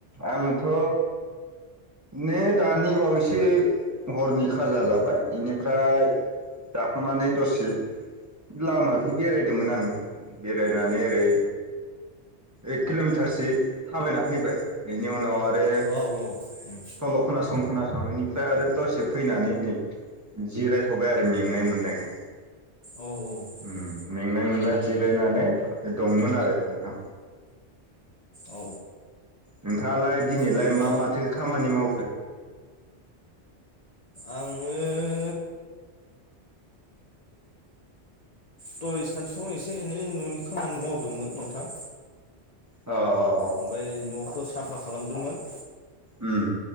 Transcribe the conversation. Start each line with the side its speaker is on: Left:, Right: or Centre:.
Right: आंथ' नै दानि बावैसो हरनि खाजा जाबाय इनिफ्राय जाखांननानै दसे लामाखै बेरायदोंमोन आङो बेरायनानै ओरै एक किल'मिटारसो थाबायना फैबाय बेनि उनाव आरो
Left: औ उम
Right: सल' खोनासं खोनासं बेनिफ्राय आरो दरसे फैनानै नै जिरायथ'बाय आरो मेंनाय मोननायखाय
Left: औ
Right: ओम
Left: उम
Right: मेंनाय मोननाय जिरायनानै दंमोन आरो नोंथां
Left: औ
Right: नोंथाङालाय दिनैलाय
Left: होमबा
Right: मा माथो खामानि मावखो?
Left: आङो दय सानसुआव एसे एनै न'नि खामानि मावदोंमोन नोंथां
Right: औ औ
Left: ओमफाय न'फोर साफा खालामदोंमोन
Right: ओम